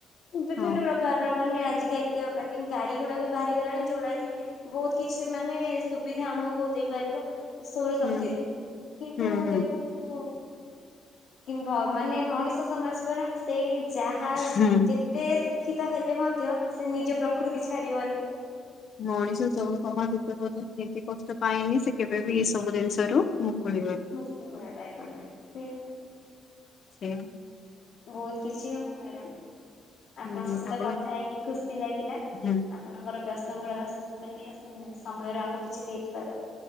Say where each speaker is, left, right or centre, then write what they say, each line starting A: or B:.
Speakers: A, on the left; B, on the left.
A: ବିଭିନ୍ନ
B: ହଁ
A: ପ୍ରକାରର ମାନେ ଆଜିକାଲିିକା ମାନେ ଗାଡି ଗୁଡାକ ବି ବାହାରି ଗଲାଣି ଯୋଉଡ଼ା କି ବହୁତ କିଛି ମାନେ ସୁବିଧା ଆମକୁ ଦେଇପାରିବ। ସୌରଶକ୍ତିରୁ
B: ହୁଁ
A: କିନ୍ତୁ
B: ହୁଁ ହୁଁ
A: ଦେଖନ୍ତୁ ନ୍ତୁ ମାନେ ମଣିଷ ସମଜ ପରା ସେଇ ଯାହା
B: ହୁଁ
A: ଯେତେ ଶିକ୍ଷିତ ହେଲେ ମ ଧ୍ୟ ସେ ନିଜ ପ୍ରକୃତି ଛାଡିବନି।
B: ମଣିଷ ଯୋଉ ସମାଜ ଯେତେ ପର୍ଯ୍ୟନ୍ତ ଏମତି କଷ୍ଟ ପାଇଏନି ସେ କେବେ ବିି ଏ ସବୁ ଜିନିଷରୁ ମୁକୁଳିିବନି।
A: ମୁକ୍ତି <unintelligible> ନାହିଁ ସେଇଆ ବା।
B: ସେଆ।
A: ବହୁତ କିଛି ହଉ ମ୍ୟାଡାମ ଆପଣଙ୍କ
B: ହୁଁ,
A: ସହିତ
B: ଆପଣ
A: କଥା ହେଇକି ଖୁସି ଲାଗିଲା।
B: ହୁଁ
A: ଆପଣଙ୍କର ବ୍ୟସ୍ତବହୁଳର ମାନେ ସମୟରୁ ଆମକୁ କିଛି ଦେଇଥିବାରୁ।